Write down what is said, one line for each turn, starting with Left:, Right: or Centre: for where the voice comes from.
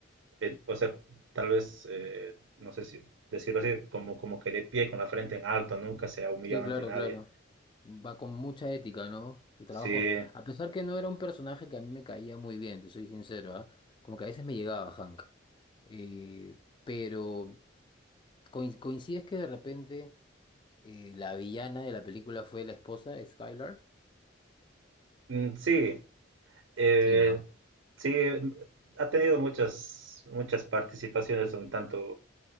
Right: eh, o sea, tal vez, eh, no sé si decirlo así, como, como que de pie con la frente en alto, nunca se ha humillado
Left: Sí, claro,
Right: ante nadie.
Left: claro. Va con mucha ética, ¿no? Su trabajo,
Right: Sí,
Left: a pesar que no era un personaje que a mí me caía muy bien, te soy sincero, ¿ah? Como que a veces me llegaba Hank. Eh, pero coin- coincides que de repente eh, la villana de la película fue la esposa, Skylar.
Right: mm, sí, eh,
Left: Sí, ¿no?
Right: sí, mm, ha tenido muchas, muchas participaciones un tanto